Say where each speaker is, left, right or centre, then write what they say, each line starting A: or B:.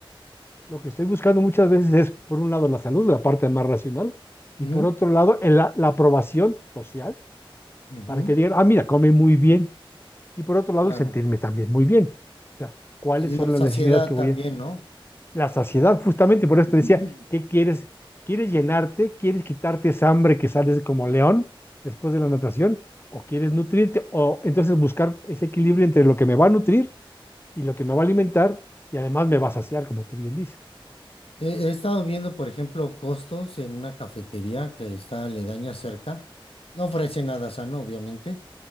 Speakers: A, on the left; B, on the left.
A: Lo que estoy buscando muchas veces es, por un lado, la salud, la parte más racional, y
B: Ujú,
A: por otro lado, el- la la aprobación social,
B: ujú,
A: para que digan, ah, mira, come muy bien. Y por otro lado,
B: claro.
A: el sentirme también muy bien. O sea, ¿cuáles
B: Y
A: son
B: la saciedad
A: las necesidades que
B: también,
A: voy a...
B: ¿no?
A: La saciedad, justamente, por
B: <clears throat>
A: eso te decía, ¿qué quieres? ¿Quieres llenarte? ¿Quieres quitarte esa hambre que sales como león después de la natación? ¿O quieres nutrirte? O entonces buscar ese equilibrio entre lo que me va a nutrir y lo que me va a alimentar y además me va a saciar, como tú bien dices.
B: He, he estado viendo, por ejemplo, costos en una cafetería que está aledaña cerca. No ofrece nada sano, obviamente,